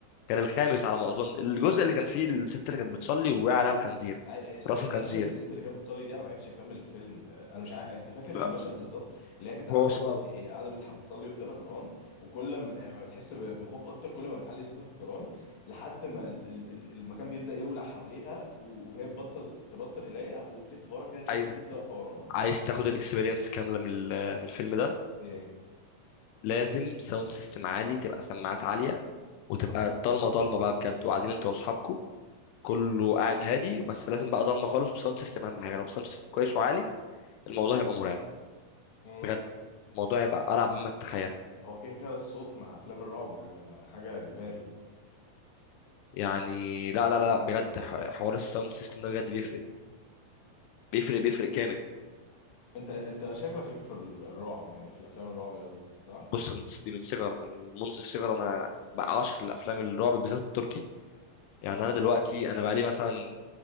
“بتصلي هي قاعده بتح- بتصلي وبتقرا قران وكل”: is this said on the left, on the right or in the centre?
Left